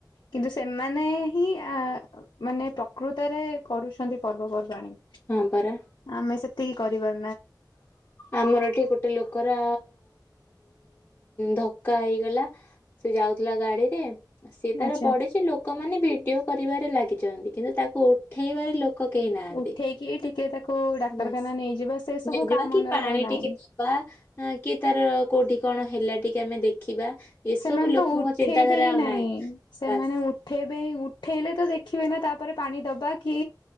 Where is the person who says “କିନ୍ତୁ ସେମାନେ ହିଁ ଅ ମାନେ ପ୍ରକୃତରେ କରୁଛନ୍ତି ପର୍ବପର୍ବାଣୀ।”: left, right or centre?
Left